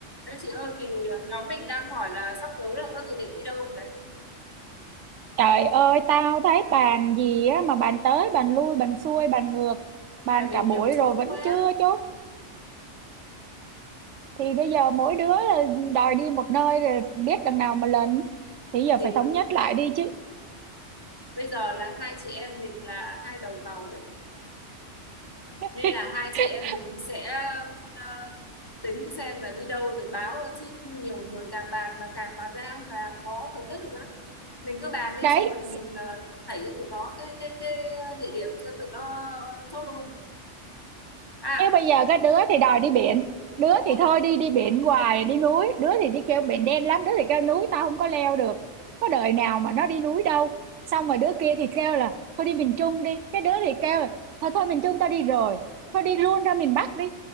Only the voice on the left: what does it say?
Đấy chị ơi thì ờ, nhóm mình đang hỏi là sắp tới là có dự định đi đâu này
tại vì
nhiều chỗ
quá
thì
ờ,
bây giờ là hai chị em mình là hai đầu tàu đấy
nên là hai chị em mình sẽ ờ, tính xem là đi đâu rồi báo ờ, chứ nhiều người càng bàn là càng bàn ra là khó thống nhất được lắm mình cứ bàn đi
xong rồi mình là thảy cho tụi nó cái cái cái ờ, địa điểm cho tụi nó chốt luôn à
ồ